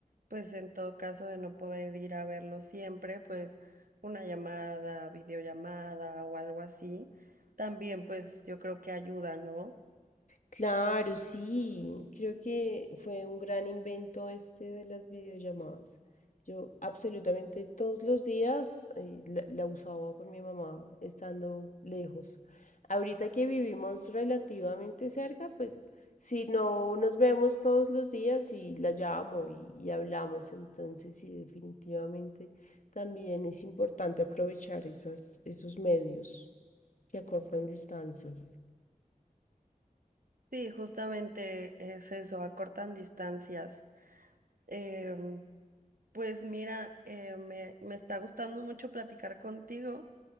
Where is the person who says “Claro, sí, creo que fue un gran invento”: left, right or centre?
Left